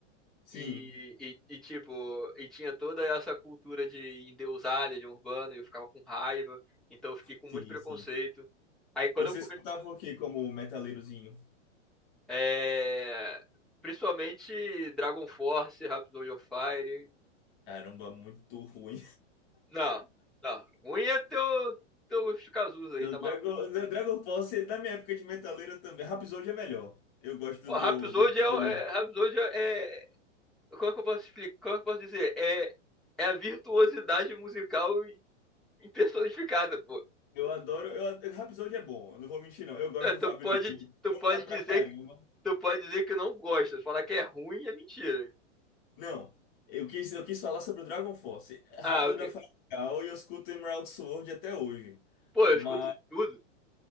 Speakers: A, on the left (about 40°); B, in the centre.
A: Sim,
B: E, e, e, tipo, e tinha toda essa cultura de endeusar Legião Urbana, e eu ficava com raiva, então eu fiquei com
A: sim,
B: muito preconceito.
A: sim.
B: Aí quando
A: Você
B: eu
A: escutava o que como metaleirozinho?
B: É, Principalmente Dragon Force, Rhapsody of Fire.
A: Caramba, muito ruim.
B: Não, não. Ruim é teu, teu Shikazus aí,
A: No
B: tá
A: Dragon,
B: maluco?
A: no Dragon Ball, você- na minha época de metaleiro também. Rhapsody é melhor. Eu gosto
B: Pô,
A: do,
B: Rhapsody
A: do Fábio
B: é, o-
A: Leão.
B: é, Rhapsody é. Como é que eu posso explicar? Como é que eu posso dizer? É, é a virtuosidade musical em- em personificada, pô.
A: Eu adoro. Eu, ad- Rhapsody é bom, eu não vou mentir, não. Eu gosto
B: É,
A: do
B: Tu
A: Fábio
B: pode,
A: Leão. Ele
B: tu pode
A: Canta pra
B: dizer
A: caramba.
B: que, tu pode dizer que não gosta. Falar que é ruim é mentira.
A: Não, eu quis, eu quis falar sobre o Dragon Force. Rhapsody
B: Ah, ok.
A: é legal e eu escuto Emerald Sword até hoje.
B: Pô, eu
A: Mas.
B: escuto tudo.